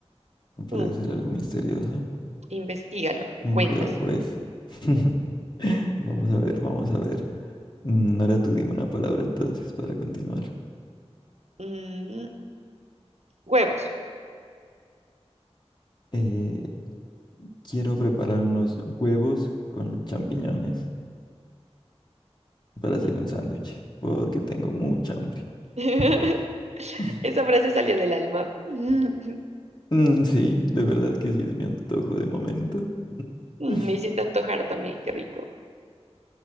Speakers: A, on the left (about 40°); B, on the right (about 80°).
A: Puede
B: Mm,
A: ser algo misterioso.
B: investígalo, me
A: Mm,
B: cuentas.
A: vea, pues. <laughs> Vamos a ver, vamos a ver. Mm, ahora tú dime una palabra entonces para continuar.
B: Mm, huevos.
A: Eh, quiero preparar unos huevos con champiñones. para
B: Mm.
A: hacer un sándwich, porque tengo mucha hambre.
B: <laughs>
A: <laughs>
B: Esa frase salió del alma. <laughs>
A: Mm, sí, de verdad que sí es mi antojo de momento.
B: Mm,
A: <laughs>
B: Me hiciste antojar también, qué rico.